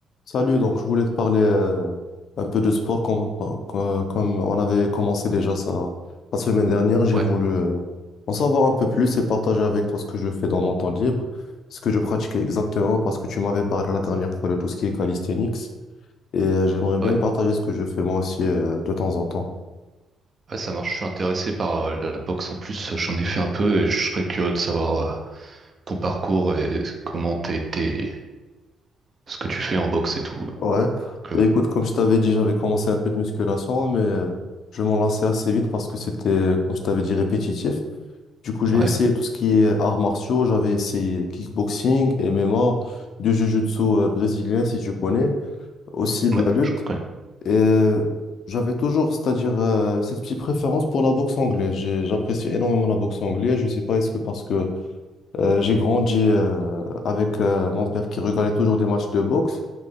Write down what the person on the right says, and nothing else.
Ouais,
ouais,
ouais, ça marche. Je suis intéressé par euh, la boxe en plus. J'en ai fait un peu et je serais curieux de savoir euh, ton parcours et comment t'es, t'es- ce que tu fais en boxe et tout.
Donc,
euh,
ouais,
ouais,
je connais.